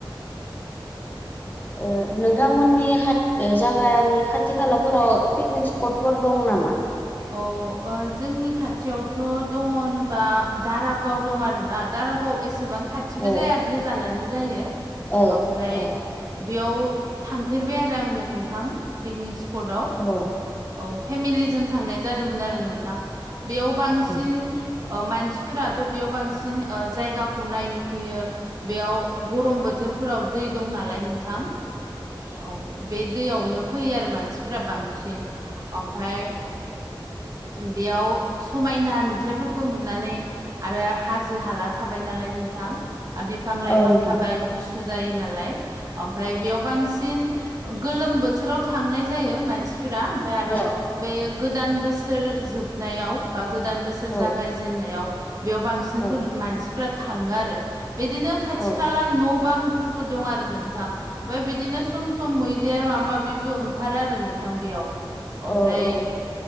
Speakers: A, on the left; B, on the right.
A: ओ नोंथांमोननि खा जागानि खाथि खालाफोराव पिकनिक स्पटफोर दं नामा?
B: औ ओ जोंनि खाथियावथ' दङ होनोबा दारागाव दं आरोना दाारागाव एसेबां खाथिबो
A: औ
B: जाया गोजानानो जायो।
A: औ
B: ओमफाय
A: औ
B: बेयाव थांफेरबाय आरो आं नोंथां पिकनिक स्पटआव।
A: औ।
B: औ फेमिलिजों थांनाय जादोंमोन आरो नोंथां। बेयाव बांसिन
A: औ
B: अ मानसिफोराथ' बेयाव बांसिन ओ जायगा खौ नायनो फैयो बेयाव गरम बोथोरफोराव दै दं नालाय नोंथां। औ बे दैयावनो फैयो आरो मानसिफोरा बांसिन। ओमफाय बेयाव समायना नुथायफोरखौ नुनानै आरो हाजो हाला थाबाय नालाय नोंथां बिफां लाइफां
A: औ नोंथां
B: थाबाय गुसु जायो नालाय। ओमफाय बेयाव बांसिन गोलोम बोथोराव था नाय जायो मानसिफोरा ओमफ्राय आरो
A: औ
B: बे गोदान बोसोर जोबनायाव बा गोदान बोसोर
A: औ
B: जागायजेननायाव बेयाव बांसिनफोर
A: औ
B: मानसिफोरा थाङो आरो। बिदिनो खाथि
A: औ
B: खाला न' बांफोरबो दं आरो नोंथां। ओमफाय बिदिनो सम सम मैदेर माबा माबिबो ओंखारो आरो नोंथां बेयाव। ओमफाय
A: औ